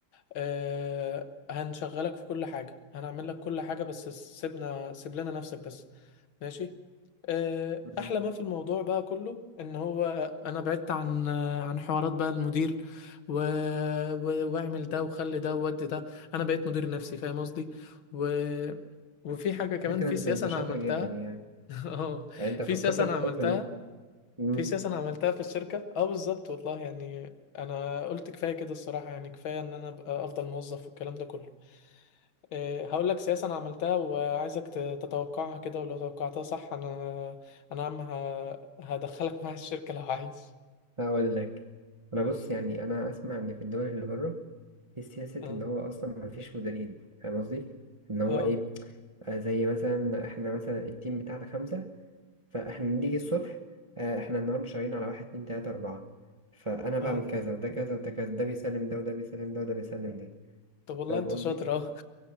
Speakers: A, on the left; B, on the right.
A: آه هنشغلك في كل حاجة هنعمل لك كل حاجة بس سيبنا سيب لنا نفسك بس ماشي آه
B: مم.
A: أحلى ما في الموضوع بقى كله إن هو أنا بعدت عن عن حوارات بقى المدير و... و... واعمل ده وخلي ده وودي ده أنا بقيت مدير نفسي فاهم قصدي و... وفي حاجة كمان
B: فكرة
A: في
B: أنت
A: سياسة
B: أنت
A: أنا
B: شاطر
A: عملتها
B: جدا يعني
A: <laughs> اه
B: أنت
A: في
B: فكرت
A: سياسة
B: في
A: أنا
B: الخطوة
A: عملتها
B: دي مم.
A: في سياسة أنا عملتها في الشركة اه بالظبط والله يعني أنا قلت كفاية كده الصراحة يعني كفاية إن أنا أبقى أفضل موظف والكلام ده كله إيه، هقول لك سياسة أنا عملتها وعايزك ت- تتوقعها كده ولو توقعتها صح أنا أنا عم ه- هدخلك <laughs> معايا الشركة لو عايز
B: هقول لك أنا بص يعني أنا أسمع إن في الدول اللي بره في سياسة
A: اه
B: إن هو أصلا مفيش مديرين فاهم قصدي؟ إن هو
A: اه
B: إيه آه، زي مثلا إحنا مثلا التيم بتاعنا خمسة فاحنا نيجي الصبح آه، احنا النهارده شغالين على واحد اتنين تلاتة أربعة فأنا بعمل
A: اه
B: كذا وده كذا وده كذا ده بيسلم ده وده بيسلم ده وده بيسلم ده
A: طب والله
B: فاهم
A: أنت
B: قصدي؟
A: شاطر اه